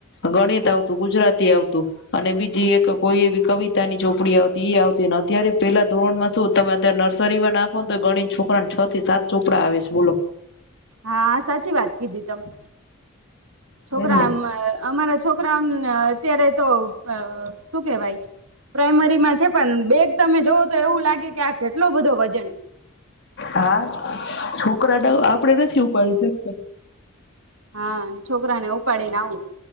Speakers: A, on the left (about 55°); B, on the right (about 75°).
A: ગણિત આવતું તો ગુજરાતી આવતું અને બીજી એક કોઈ એવી કવિતા ની ચોપડી આવતી તે આવ અત્યારે પેલા ધોરણમાં શું તમે અત્યારે નર્સરી માં નાખોને તો ગણી છોકરાને છ થી સાત ચોપડા આવેશ બોલો
B: હા સાચી વાત કીધી તમે છોકરા
A: એને
B: આમ અમારા આમ છોકરાઓને અત્યારે અ તો શું કેવાય પ્રાઈમરીમાં છે પણ બે તમે જોવ તો એવું લાગે કે આ કેટલો બધો વજન
A: હા, છોકરાને આપણેે નથી ઉપાડી શકતા
B: હા છોકરા ને ઉપાડીને આવું.